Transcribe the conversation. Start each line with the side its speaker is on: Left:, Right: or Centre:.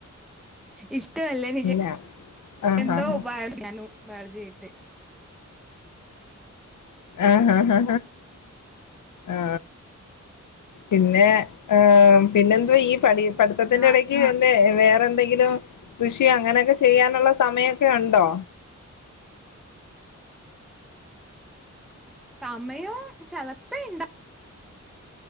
Centre: ഇഷ് ഇഷ്ടല്ലേ നിജ
Left: ഇല്ല ആഹ്
Centre: എന്തോ
Left: ആഹ്
Centre: ഉപായിക്കാനു ബാൾജിട്ട്
Left: ആഹ് ഹ ആഹ പിന്നെ ഏ പിന്നെ എന്തോ ഈ പടി പഠിത്തത്തിന്റെടക്ക്
Centre: ആഹ്
Left: വന്നേ വേറെ എന്തെങ്കിലും കൃഷിയോ അങ്ങനെയൊക്കെ ചെയ്യാനുള്ള സമയൊക്കെ ഉണ്ടോ
Centre: സമയോ ചിലപ്പോ ഇണ്ടാ